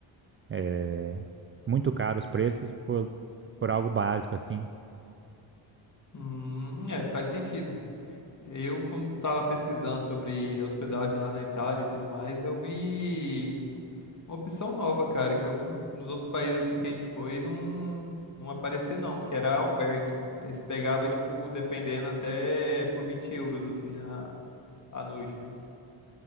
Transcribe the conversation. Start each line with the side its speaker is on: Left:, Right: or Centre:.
Right: É, muito caro os preços por, por algo básico, assim.
Left: Hum, é, faz sentido. Eu, quando estava pesquisando sobre hospedagem lá na Itália e tudo mais, eu vi uma opção nova, cara, que eu, nos outros países assim que a gente foi não, não aparecia não, que era albergue. Aí você pegava, tipo, dependendo até por 20 euros, assim, a, a noite, né?